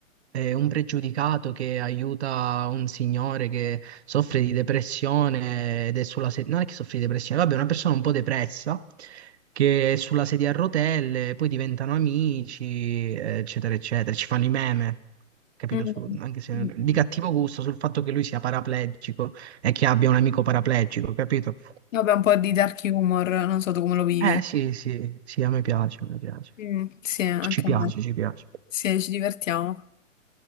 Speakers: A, on the right; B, on the left.
A: è un pregiudicato che aiuta un signore che soffre di depressione ed è sulla sedia, non è che soffre di depressione, vabbè, è una persona un po' depressa che è sulla sedia a rotelle, poi diventano amici, eccetera, eccetera, ci fanno i meme. Capito?
B: mm.
A: Su- anche se
B: mm,
A: di
B: mm.
A: cattivo gusto sul fatto che lui sia paraplegico e che abbia un amico paraplegico, capito?
B: Vabbè, un po' di dark humor, non so tu come lo vivi.
A: Eh sì, sì, sì, a me piace, a me piace.
B: Mm, sì, anche
A: Ci piace,
B: a me.
A: ci piace.
B: Sì, ci divertiamo.